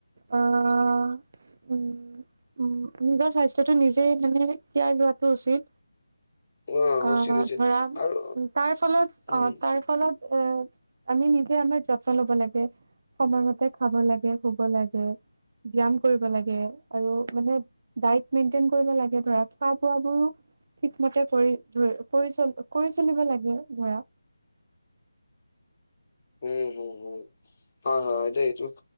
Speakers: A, on the right; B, on the left.
A: অ উম উম নিজৰ স্বাস্থ্যটো নিজে মানে কেয়াৰ লোৱাটো উচিত।
B: উম
A: অ
B: উচিত উচিত
A: ধৰা
B: আৰু
A: তাৰ ফলত
B: উম
A: অ তাৰ ফলত এ আমি নিজে আমাৰ যত্ন ল'ব লাগে। সময়মতে খাব লাগে শুব লাগে ব্যায়াম কৰিব লাগে আৰু মানে ডাইট মেইনটেইন কৰিব লাগে ধৰা খোৱা বোৱাবোৰো ঠিকমতে কৰি কৰি চলিব লাগে ধৰা।
B: উম হম হম হয় হয় দে এ এইটো।